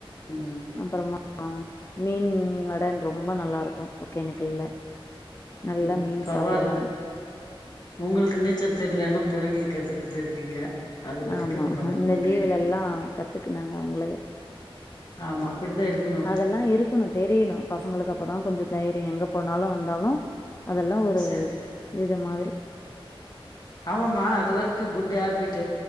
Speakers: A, on the left (about 45°); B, on the left (about 30°).
A: ம்
B: அப்புறமா மீன் வட ரொம்ப நல்லா இருக்கு ஒகேனக்கல்ல நல்லா
A: உம்
B: மீன்
A: பரவாயில்ல
B: சாப்பிடுவோ
A: உங்களுக்கு நீச்சல் தெர்லன்னு புள்ளைங்களுக்கு கத்து குடுத்துருக்கீங்க அது வரைக்கு
B: ஆமா
A: ரொம்ப
B: அந்த
A: நன்றி
B: லீவுல எல்லா கத்துக்கினாங்க அவுங்களாவே
A: ஆமா அப்படித்தா இருக்கணு
B: அதெல்லா இருக்கணு தெரியனு பசங்களுக்கு அப்பதா கொஞ்சோ தை எங்க போனாலும் வந்தாலும் அதெல்லாம் ஒரு
A: சரி
B: இது மாதிரி
A: ஆமா மா அது வரைக்கு குட் ஹாபிட்